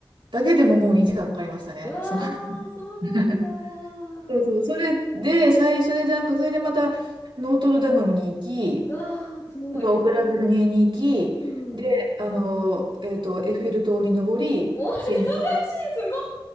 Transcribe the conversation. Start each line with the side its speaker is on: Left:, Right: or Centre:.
Right: だけでももう2時間かかりましたね。
Left: うわー、
Right: その
Left: そうなんだ。
Right: <laughs> そうそう、それで、最初でなんか、それでまた、ノートルダムに行き、
Left: うわー、すごい。
Right: あとはオペラガルニエに行き、
Left: うん。
Right: で、あの、えっと、エッフェル塔に登り、
Left: お、忙しい、
Right: セーヌ
Left: すごい。